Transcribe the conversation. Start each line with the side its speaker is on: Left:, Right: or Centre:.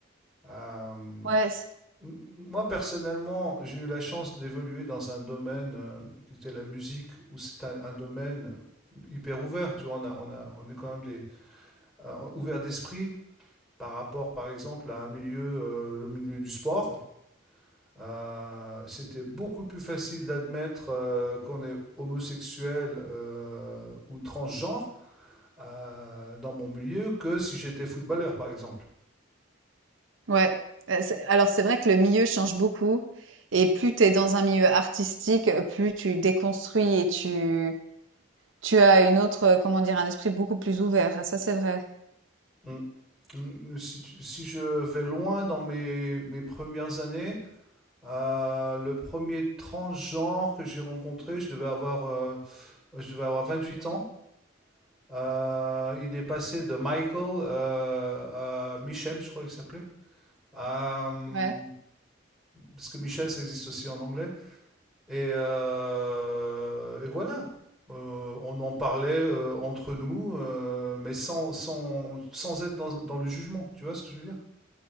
Centre: Euh, m-
Right: Ouais, c
Centre: moi, personnellement, j'ai eu la chance d'évoluer dans un domaine euh, qui était la musique, où c'est un, un domaine hyper ouvert. Tu vois, on a, on a, on est quand même des euh, ouvert d'esprit par rapport, par exemple, à un milieu, euh, le milieu du sport. Euh, c'était beaucoup plus facile d'admettre euh, qu'on est homosexuel euh, ou transgenre euh, dans mon milieu que si j'étais footballeur, par exemple.
Right: ouais, heu, c'est alors c'est vrai que le milieu change beaucoup et plus tu es dans un milieu artistique, heu, plus tu déconstruis et tu tu as une autre, heu, comment dire? Un esprit beaucoup plus ouvert, ça, c'est vrai.
Centre: Mm. Mm. Si, si, je vais loin dans mes, mes premières années, euh, le premier transgenre que j'ai rencontré, je devais avoir, euh, je devais avoir 28 ans. Euh, il est passé de Michael euh, à Michel, je crois qu'il s'appelait. Euh,
Right: Ouais,
Centre: parce que Michel, ça existe aussi en anglais. Et, euh, et voilà. Euh, on en parlait euh, entre nous, euh, mais sans, sans, sans être dans, dans le jugement. Tu vois ce que je veux dire?